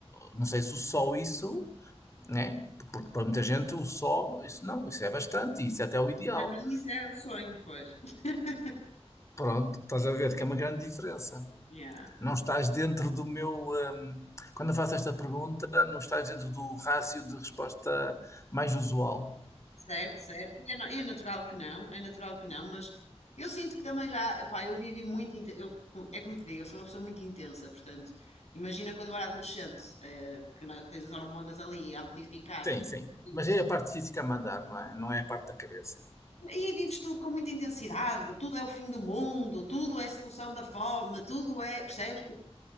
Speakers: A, on the left (about 25°); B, on the left (about 80°).
A: não sei se o só isso, né? Porque para muita gente o só, isso não, isso é bastante, isso é até o ideal.
B: Para mim isso é um sonho, pois. <laughs>
A: Pronto, estás a ver que é uma grande diferença.
B: Yeah.
A: Não estás dentro do meu, hum, quando eu faço esta pergunta, não estás dentro do rácio de resposta mais usual.
B: Certo, certo. É, na- é natural que não, é natural que não, mas eu sinto que também já, pá, eu vivi muito, inte- eu, é como te digo, eu sou uma pessoa muito intensa, portanto, imagina quando eu era adolescente, eh, que não- tens as hormonas ali a amplificar
A: Sim,
B: tudo
A: sim.
B: isso.
A: Mas é a parte física a mandar, não é? Não é a parte da cabeça.
B: E aí vives tudo com muita intensidade, tudo é o fim do mundo, tudo é solução da fome, tudo é, percebes?